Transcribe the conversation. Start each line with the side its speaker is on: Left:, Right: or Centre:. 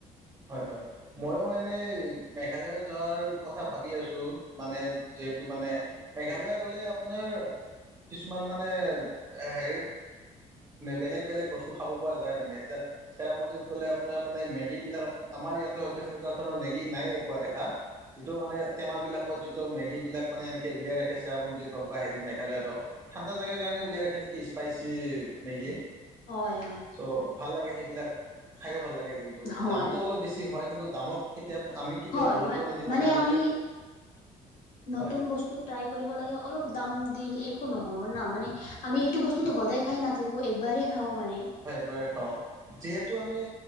Right: হয় হয় ময়ো এনেই মেঘালয় যোৱাৰ কথা ভাবি আছোঁ। মানে
Left: হয়
Right: যিহেতু মানে মেঘালয়া গলে আপোনাৰ কিছুমান
Left: হয়
Right: মানে- এ হেৰি বেলেগ বেলেগ বস্তু খাব পৰা যায়
Left: হয়
Right: মানে এতিয়া- চেৰাপুঞ্জীত গ'লে আপোনাৰ মানে মেগী বিলাক আমাৰ ইয়াতে হয়তো সেনেকুৱা ধৰণৰ মেগী নাইে পোৱা দেখা। যিটো মানে টেমা বিলাকত যিটো মেগী বিলাক মানে এনেকে উলিয়াই ৰাখে চেৰাপুঞ্জীত হওক বা হেৰি মেক- লৈয়াত হওক
Left: হয়
Right: ঠাণ্ডা জাগাৰ কাৰণে উলিয়াই ৰাখে নেকি স্পাইচি মেগী।
Left: হয় হয়।
Right: চ' ভাল লাগে সেইবিলাক খাইয়ো ভাল লাগে, কিন্তু
Left: হয়
Right: দাম-
Left: হয়
Right: অলপ বেছি হয়, কিন্তু দামক কেতিয়া আমি- কেতিয়াও
Left: হয়
Right: গুৰুত্ব
Left: ম
Right: নিদি পেলাই
Left: মানে আমি
Right: যদি
Left: নতুন
Right: হয়
Left: বস্তু, ট্ৰাই কৰিব লাগে অলপ দাম দিলে একো নহ'য়ব না মানে আমি সেইটো বস্তুটো সদায় খাই নাথাকো একবাৰেই খাও মানে।
Right: হয় একবাৰে খাও যিহেতু আমি